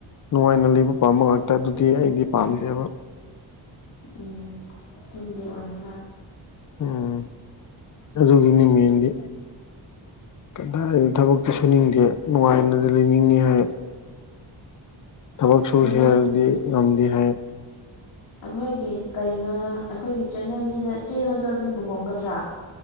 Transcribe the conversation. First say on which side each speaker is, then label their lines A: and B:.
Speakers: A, on the left; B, on the left.
A: ꯅꯨꯡꯉꯥꯏꯅ ꯂꯩꯕ ꯄꯥꯝꯕ ꯉꯥꯛꯇ ꯑꯗꯨꯗꯤ ꯑꯩꯗꯤ ꯄꯥꯝꯗꯦꯕ
B: ꯎꯝ ꯑꯗꯨꯕꯨꯗꯤ ꯑꯣꯏ ꯍꯥꯣꯏ
A: ꯎꯝ ꯑꯗꯨꯒꯤꯅꯤ ꯃꯦꯟꯗꯤ ꯀꯗꯥꯏꯗꯣ ꯊꯕꯛꯇꯤ ꯁꯨꯅꯤꯡꯗꯦ ꯅꯨꯡꯉꯥꯏꯅꯗꯤ ꯂꯩꯅꯤꯡꯉꯤ ꯍꯥꯏ ꯊꯕꯛ ꯁꯨ
B: ꯀꯩꯅꯣ
A: ꯍꯦꯜꯔꯗꯤ ꯉꯝꯗꯦ ꯍꯥꯏ
B: ꯑꯩꯈꯣꯏꯒꯤ ꯀꯩꯅꯣ ꯑꯩꯈꯣꯏꯒꯤ ꯆꯠꯅꯕꯤꯗ ꯆꯦꯜꯂꯁꯨ ꯑꯗꯨꯝ ꯂꯨꯍꯣꯡꯒꯗ꯭ꯔꯥ